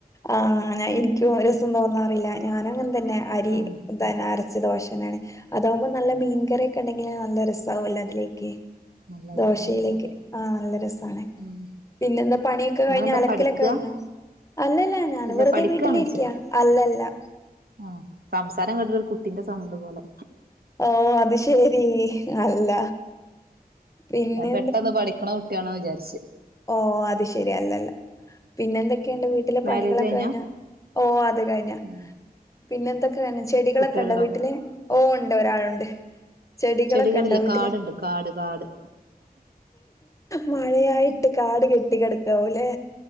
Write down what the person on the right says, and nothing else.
ആഹ്
നല്ല രസാവും
അതെ
ഉം
നിങ്ങളെന്താ
പഠിക്കുക
ഇല്ല
പഠിക്കുകയാണ്
ചോദിച്ചേ
ആഹ് സംസാരം കേട്ടിട്ട് ഒരു കുട്ടിന്റെ സൗണ്ട് പോലെ.
ഞാൻ പെട്ടന്ന് പഠിക്കണ കുട്ട്യാണോ വിചാരിച്ച്.
മാരേജ്
കഴിഞ്ഞാ
ഉം
കുട്ടികളുണ്ടോ
ചെടികളില്ല
കാടുണ്ട് കാട് കാട്